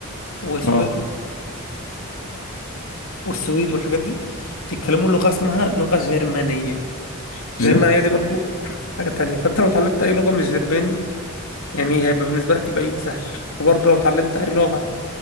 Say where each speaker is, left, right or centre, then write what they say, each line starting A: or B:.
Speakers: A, on the left; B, on the left.
A: وسو...
B: اه
A: والسويد والحاجات دي بيتكلموا لغة اسمها لغة جرمانية الجرمانية
B: ايه ده؟
A: دي برضو حاجة تانية فانت لو اتعلمت اي لغة مش جرماني يعني هيبقى بالنسبة لك الباقيين سهل وبرضو لو اتعلمت اي لغة